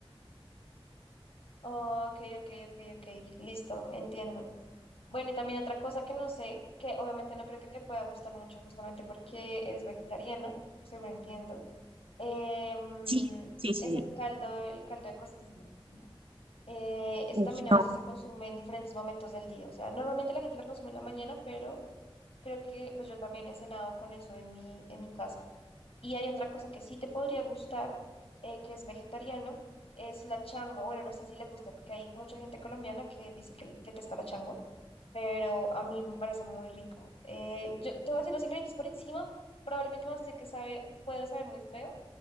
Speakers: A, on the left; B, on the right.
A: Oh, ok, ok, ok, ok, listo, entiendo. Bueno, y también otra cosa que no sé, que obviamente no creo que te pueda gustar mucho justamente porque eres vegetariana, seguro entiendo, em,
B: Sí, sí, sí,
A: es
B: sí.
A: el caldo, el caldo de costilla, ¿no? Eh, eso
B: Uf,
A: también a
B: no.
A: veces se consume en diferentes momentos del día, o sea, normalmente la gente lo consume en la mañana, pero creo que pues yo también he cenado con eso en mi, en mi casa. Y hay otra cosa que sí te podría gustar, eh, que es vegetariano, es la changua. Bueno, no sé si les gusta, porque hay mucha gente colombiana que dice que detesta la changua, pero a mí me parece muy rica. Eh, yo te voy a decir los ingredientes por encima, probablemente me vas a decir que sabe, puede saber muy feo,